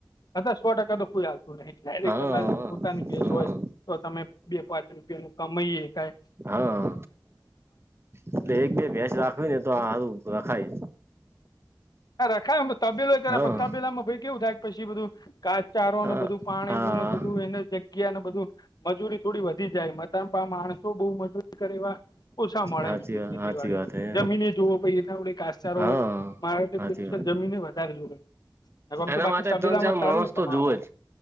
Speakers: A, on the left (about 60°); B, on the right (about 35°).
A: એ સો ટકા તો કોઈ આલતું નહીં, ડાયરેક્ટ
B: હા
A: તમારે પોતાની ભેંસ
B: હા
A: હોય તો તમે. બે-પાંચ રૂપિયા નું કમાઈ શકાય.
B: હા, એટલે એક-બે ભેંસ રાખવી ને, તો સારું રખાય.
A: રખાય તબેલોય કરે,
B: હા
A: તબેલા માં કેવું થાય, પછી બધું. કધાસચારોને,
B: હા
A: બધું પાણી
B: હા
A: ને બધું, એને જગ્યાને બધું મજૂરી થોડી વધી જાય. આ માણસો બહુ મજા. એ ઓછા મળે,
B: હાચી
A: એમ ખેતીવાડીની
B: હાચી વાત હાચી વાત
A: અંદર
B: હે
A: જમીન જોવો, પછી એ આપડે ધાસચારો.
B: હા
A: મારે
B: હાચી
A: ફિક્સ
B: વાત
A: જમીન વધારે જોય. હા, ઓમ તો
B: એના
A: બાકી,
B: માટે
A: તબેલામાં
B: ત્રણ ચાર
A: સારું
B: માણસ
A: કમાવાનું.
B: તો જુવે જ